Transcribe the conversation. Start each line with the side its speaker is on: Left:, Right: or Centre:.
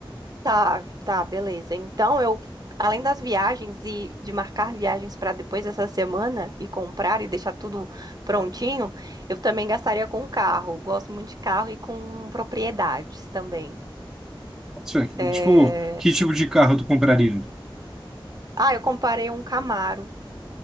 Right: Tá, tá, beleza. Então, eu, além das viagens e de marcar viagens para depois dessa semana e comprar e deixar tudo prontinho, eu também gastaria com carro. Gosto muito de carro e com propriedades também.
Centre: Isso é,
Right: É,
Centre: Tipo, que tipo de carro tu compraria?
Right: Ah, eu comparei um Camaro.